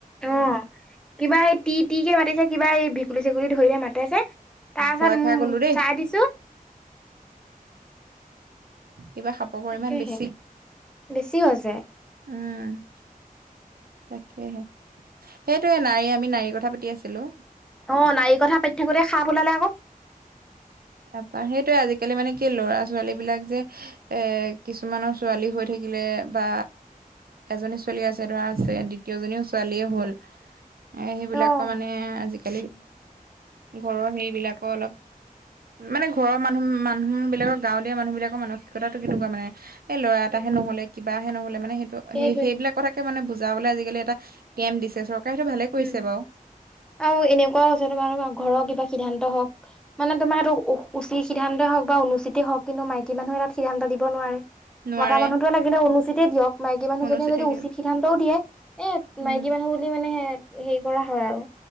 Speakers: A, in the centre; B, on the right.
A: অ' কিবা এই টি ট কে মাতিছে কিবা এই গুলি, চেগুলি ধৰিলে মাতে যে তাৰ পাছত
B: ভয়
A: ম
B: খাই গ'লো দেই
A: চাই দিছো।
B: কিবা সাপৰ পৰিমাণ
A: তাকেহে
B: বেছি
A: বেছি হৈছে।
B: উম'। সেয়হে সেইটোয়ে নাৰী আমি নাৰীৰ কথা পাতি আছিলো।
A: অ' নাৰীৰ কথা পাতি থাকোতে সাপ ওলালে আকৌ।
B: তপা সেইটোৱে আজিকালি মানে কি ল'ৰা-ছোৱালী বিলাক যে এ কিছুমানৰ ছোৱালী হৈ থাকিলে বা এজনী ছোৱালি আছে ধৰা। আছে দ্বিতীয়জনীও ছোৱালীয়ে হ'ল এ সেইবিলাকৰ
A: অ'।
B: মানে আজিকালি ঘৰৰ হেৰিবিলাকো অলপ। মানে ঘৰৰ মানুহ, মানুহ বিলাকৰ গাঁৱলীয়া মানুহ বিলাকৰ মানসিকতাটো কেনেকুৱা মানে? সেই ল'ৰা এটাহে
A: উম,
B: নহ'লে কিবাহে নহ'লে মানে সেইটো
A: সেইটোৱে।
B: সেই সেইবিলাক কথাকে মানে বুজ। <unintelligible> বলে আজিকালি এটা কেম্প দিছে চৰকাৰে সেইটো ভালে কৰিছে
A: উম।
B: বাৰু।
A: আৰু এনেকুৱাও আছে তোমাৰো ঘৰৰ কিবা সিদ্ধান্ত সিদ্ধান্ত হওঁক মানে তোমাৰ এইটো উচিত সিদ্ধান্তে হওঁক বা অনুচিতে হওঁক কিন্তু মাইকী মানুহে তাত সিদ্ধান্ত দিব নোৱাৰে।
B: নোৱাৰে
A: মতা মানুহটোৱে লাগিলে উন্মচিতেই দিয়ক। মাইকী মানুহজনীয়ে
B: অনুচিতে
A: যদি
B: দিয়ক
A: উচিত সিদ্ধান্তও দিয়ে এ
B: উম
A: মাইকী মানুহ বুলি মানে। হেৰি কৰা হয় আৰু